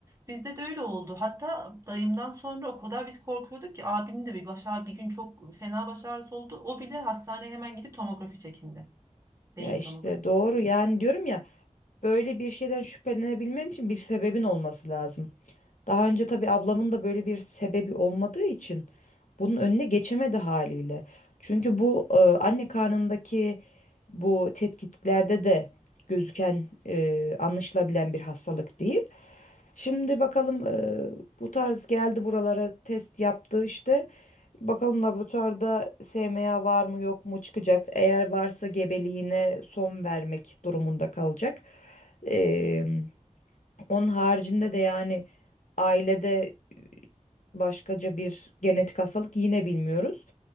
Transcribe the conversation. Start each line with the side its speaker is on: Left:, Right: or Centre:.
Right: Bizde de öyle oldu. Hatta dayımdan sonra o kadar biz korkuyorduk ki abimin de bir baş ağrı- bir gün çok fena baş ağrısı oldu. O bile hastaneye hemen gidip tomografi çekindi. Beyin
Left: Ya işte
Right: tomografisi.
Left: doğru yani diyorum ya böyle bir şeyden şüphelenebilmen için bir sebebin olması lazım. Daha önce tabii ablamın da böyle bir sebebi olmadığı için bunun önüne geçemedi haliyle. Çünkü bu e, anne karnındaki bu tetkiklerde de gözüken e, anlaşılabilen bir hastalık değil. Şimdi bakalım e, bu tarz geldi buralara test yaptı işte. Bakalım laboratuvarda SMA var mı yok mu çıkacak. Eğer varsa gebeliğine son vermek durumunda kalacak. E, onun haricinde de yani ailede başkaca bir genetik hastalık yine bilmiyoruz.